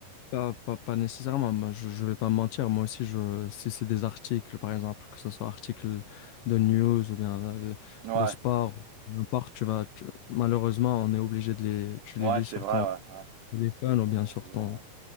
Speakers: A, on the left (about 75°); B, on the right (about 80°).
A: Pas, pas, pas nécessairement, moi, je ne vais pas me mentir, moi aussi, je, si c'est des articles, par exemple, que ce soit articles de news ou bien euh,
B: Ouais.
A: de, sport, n'importe, tu vas, tu- malheureusement, on est obligé de les, tu
B: Ouais,
A: les lis
B: c'est
A: sur
B: vrai,
A: ton
B: ouais, ouais.
A: téléphone ou
B: Aujourd'hui,
A: bien sur ton,
B: ouais. ouais.